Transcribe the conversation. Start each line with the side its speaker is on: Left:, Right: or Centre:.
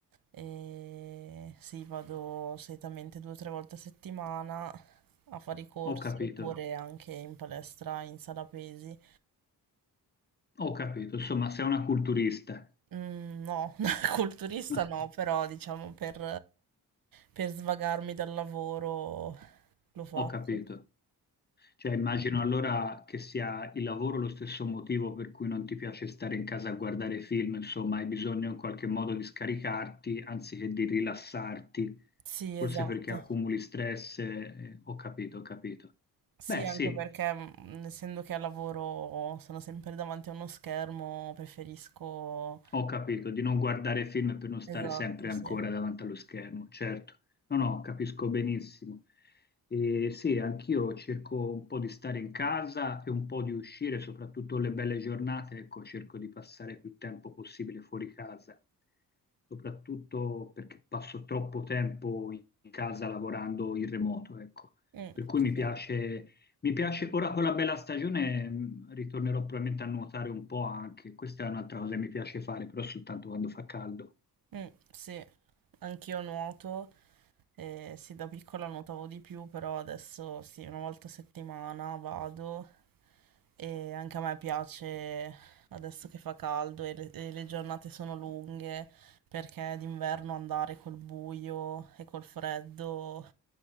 Right: e sì, vado solitamente due o tre volte a settimana a fare i corsi
Left: ho capito.
Right: oppure anche in palestra in sala pesi.
Left: Ho capito. Insomma, sei una culturista.
Right: Mm, no, <laughs> culturista
Left: <laughs>
Right: no, però diciamo per, per svagarmi dal lavoro lo faccio.
Left: Ho capito. Cioè, immagino allora che sia il lavoro lo stesso motivo per cui non ti piace stare in casa a guardare film, insomma, hai bisogno in qualche modo di scaricarti anziché di rilassarti,
Right: Sì,
Left: forse
Right: esatto.
Left: perché accumuli stress, eh, ho capito, ho capito.
Right: Sì,
Left: Beh,
Right: anche
Left: sì,
Right: perché mm, essendo che al lavoro sono sempre davanti a uno schermo, preferisco...
Left: Ho capito, di non guardare film per non stare
Right: Esatto,
Left: sempre
Right: sì.
Left: ancora davanti allo schermo, certo. No, no, capisco benissimo. E sì, anch'io cerco un po' di stare in casa e un po' di uscire, soprattutto le belle giornate, ecco, cerco di passare più tempo possibile fuori casa, soprattutto perché passo troppo tempo in casa lavorando in remoto, ecco.
Right: Mm,
Left: Per cui mi
Right: sì.
Left: piace mi piace, ora con la bella stagione mh, ritornerò probabilmente a nuotare un po' anche, questa è un'altra cosa che mi piace fare, però soltanto quando fa caldo.
Right: Mm, sì. Anch'io nuoto, e sì, da piccola nuotavo di più, però adesso sì, una volta a settimana vado e anche a me piace adesso che fa caldo e le, e le giornate sono lunghe, perché d'inverno andare col buio e col freddo